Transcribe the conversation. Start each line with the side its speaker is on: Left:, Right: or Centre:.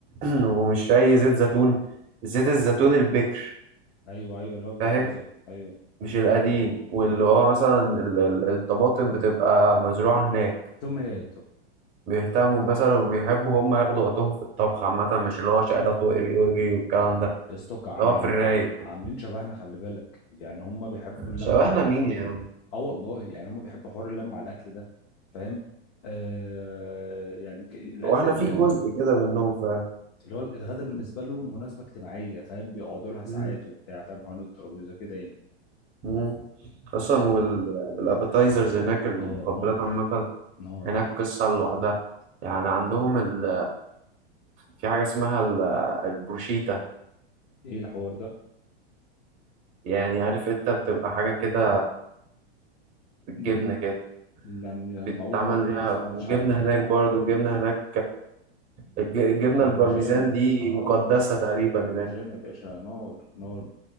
Right: <clears throat> ومش اي زيت زيتون زيت الزيتون البكر
Left: ايوه ايوه اللي هو بيبقى
Right: فاهم
Left: طازه ايوه
Right: مش القديم واللي
Left: ايوه
Right: هو مثلا ال- ال- الطماطم بتبقى مزروعة هناك
Left: توماتو
Right: بيهتموا مثلا وبيحبوا هم ياخدوا وقتهم في الطبخ عامة مش اللي هو شقلط واقري واجري والكلام ده
Left: يا اسطى عم
Right: اللي هو
Left: عم-
Right: في الرايق
Left: ع-
Right: كده
Left: عاملين شبهنا خلي بالك يعني هم بيحبوا اللمه
Right: شبهنا
Left: على الاكل
Right: مين يا عم
Left: اه والله يعني هم بيحبوا حوار اللمه على الاكل ده فاهم آه يعني ك- الاكل
Right: واحنا
Left: ال-
Right: في
Left: ال-
Right: جزء كده منهم فعلا
Left: اللي هو الغدا بالنسبه لهم مناسبه اجتماعيه فاهم بيقعدوا لها ساعات
Right: مم.
Left: وبتاع فاهم حوالين الترابيزه كده يعني
Right: مم. اصلا
Left: وع-
Right: والابيتايزرز هناك المقبلات
Left: اه نار
Right: عامة
Left: نار
Right: هناك قصة لوحدها يعني عندهم ال في حاجة اسمها ال- البروشيتا
Left: ايه الحوار ده
Right: يعني عارف انت بتبقى حاجة كده بالجبنة
Left: م- م-
Right: كده
Left: ما ما-
Right: بيتعمل
Left: ما- اول ما
Right: بيها
Left: ما سمعتش
Right: وجبنة
Left: عنها
Right: هناك برضو الجبنة هناك الج- الجبنة
Left: برمجان
Right: البارميزان دي
Left: اه
Right: مقدسة تقريبا
Left: برمجان
Right: هناك
Left: يا باشا نار نار